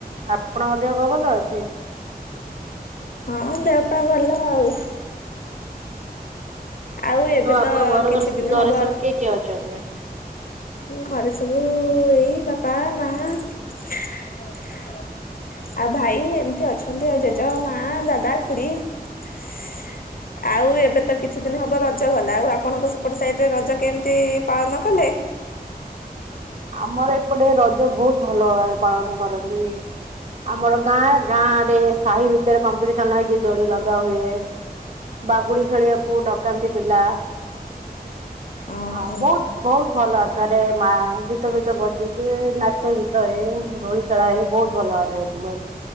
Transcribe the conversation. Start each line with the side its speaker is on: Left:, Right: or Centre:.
Right: ଆପଣଙ୍କ ଦେହପା ଭଲ ଅଛି
Left: ହଁ ଦେହପା ଭଲ ଆଉ। ଆଉ ଏବେ
Right: ଆପଣଙ୍କ
Left: ତ
Right: ଘରେ
Left: କିଛି
Right: ଘରେ
Left: ଦିନ
Right: ଘରେ
Left: ହବ
Right: ସବୁ କିଏ କିଏ ଅଛନ୍ତି?
Left: ଘରେ ସବୁ ଏଇ ବାପା ମା ଆଉ ଭାଇ ଏମତି ଅଛନ୍ତି ଆଉ ଜେଜ ମା ଦାଦା ଖୁଡି ହ ଆଉ ଏବେ ତ କିଛି ଦିନ ହବ ରଜ ଗଲା ଆଉ ଆପଣଙ୍କ ସେପଟ ସାଇଟରେ ରଜ କେମତି ପାଳନ କଲେ?
Right: ଆମର ଏପଟେ ରଜ ବହୁତ ଭଲ ଭାବରେ ପାଳନ କରନ୍ତି। ଆମର ଗାଁ ଗାଁଡେ ସାହି ଭିତରେ କମ୍ପିଟିସନ ହେଇକି ଦୋଳି ଲଗା ହୁଏ। ବାଗୁଡି ଖେଳିବାକୁ ଡକାନ୍ତି ପିଲା।
Left: ଓହୋ
Right: ହଁ ବହୁତ ବହୁତ ଭଲ ଆକାରରେ ମା ଗୀତ ଗୀତ ଫିତ୍ ବଜେଇଥିବେ ନାଚ ଗୀତ ତ ହେ ଦୋଳି ଖେଳା ହେଇ ବହୁତ ଭଲଭା ବରେ